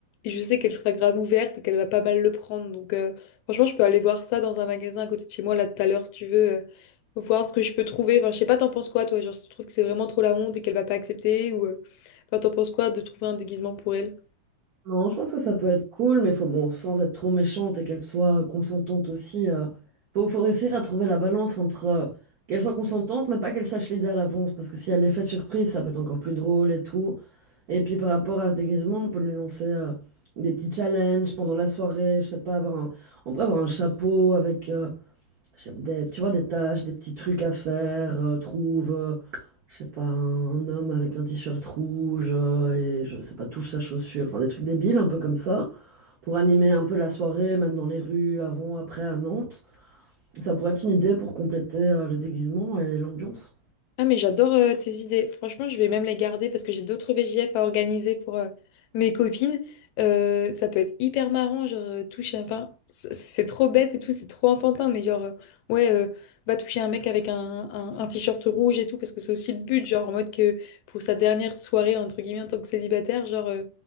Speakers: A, on the left (about 80°); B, on the right (about 75°).
A: et je sais qu'elle sera grave ouverte et qu'elle va pas mal le prendre. Donc, euh, franchement, je peux aller voir ça dans un magasin à côté de chez moi, là, tout à l'heure, si tu veux. euh, faut voir ce que je peux trouver. Enfin, je sais pas, t'en penses quoi, toi? Genre, si tu trouves que c'est vraiment trop la honte et qu'elle va pas accepter ou... euh, Enfin, t'en penses quoi de trouver un déguisement pour elle?
B: Non, je pense que ça peut être cool, mais faut bon, sans être trop méchante et qu'elle soit euh, consentante aussi. euh, faut, faut réussir à trouver la balance entre euh, qu'elle soit consentante, mais pas qu'elle sache l'idée à l'avance, parce que si elle est fait surprise, ça peut être encore plus drôle et tout. Et puis par rapport à ce déguisement, on peut lui lancer euh, des petits challenges pendant la soirée, je sais pas, avoir un, on pourrait avoir un chapeau avec euh, je sais- Des, tu vois, des tâches, des petits trucs à faire. euh, trouve, euh, je sais pas, un, un homme avec un t-shirt rouge euh, et je sais pas, touche sa chaussure. Enfin, des trucs débiles, un peu comme ça, pour animer un peu la soirée, même dans les rues, avant, après, à Nantes. Ça pourrait être une idée pour compléter euh, le déguisement et l'ambiance.
A: Ah, mais j'adore euh, tes idées. Franchement, je vais même les garder parce que j'ai d'autres VJF à organiser pour euh, mes copines. Euh, ça peut être hyper marrant, genre euh, toucher un... Enfin, c- c'est trop bête et tout, c'est trop enfantin, mais genre, euh, ouais, euh, va toucher un mec avec un, un, un t-shirt rouge et tout, parce que c'est aussi le but, genre en mode que pour sa dernière soirée, entre guillemets, en tant que célibataire, genre, euh,